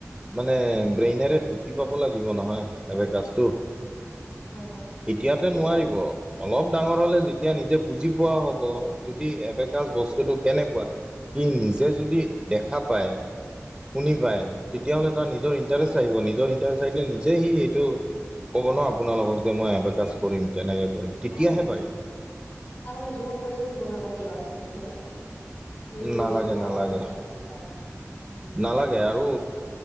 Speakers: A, in the centre; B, on the left.
A: মানে ব্ৰেইনেৰে ঢুকি পাব লাগিব নহয় এবেকাচটো।
B: হয় হয়
A: এতিয়াতে
B: ঠিকেই
A: নোৱাৰিব
B: কৈছে
A: অলপ ডাঙৰ হ'লে যেতিয়া নিজে বুজি পোৱা হ'ব। যদি এবেক কাচ বস্তুটো কেনেকুৱা সি নিজে যদি দেখা পায়। শুনি পায় তেতিয়া হ'লে তাৰ নিজৰ ইণ্টাৰেষ্ট আহিব। নিজৰ ইণ্টাৰেষ্ট আহিলে নিজে সি সেইটো ক'ব ন' আপোনালোকক যে মই এবেকাচ কৰিম তেনেকে কৰিম তেতিয়াহে
B: অ
A: পাৰিব
B: তাৰমানানে জোৰ কৰিও দিব নালাগে ল'ৰা-ছোৱালীক হয়নে? জুৰ কৰি
A: নালাগে
B: দিলেও
A: নালাগে
B: অলপ অশান্তি পায়। উম
A: নালাগে আৰু